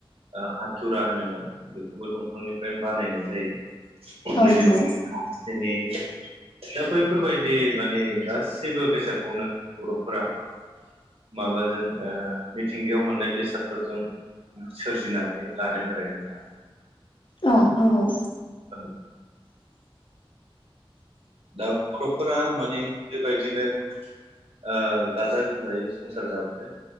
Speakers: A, on the right; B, on the left.
A: हाथुरा होनोमोन बेखौबो दंफांनिफ्राय बानायनाय जायो। उन्दैनिफ्रायनो
B: औ नंगौ
A: जोंनि दा बैफोरबायदि माने गासिबो बेसादखौनो बर'फोरा माबाजों मिथिंगायाव मोननाय बेसादफोरजों सोरजिनानै लादों आरो नोंथां।
B: औ नंगौ।
A: ओ। दा बर'फोरा माने बेबायदिनो ओ गाजा गोमजायै संसार जाबोदों